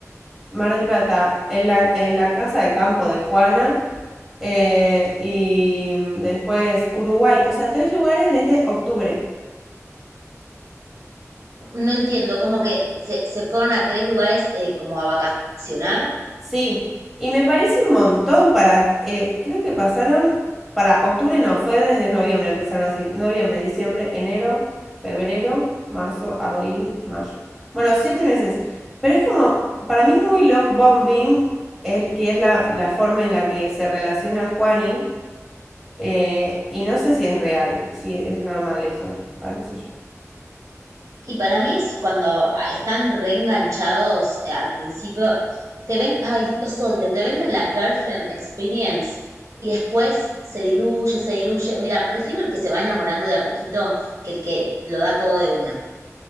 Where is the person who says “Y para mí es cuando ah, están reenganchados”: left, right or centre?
Right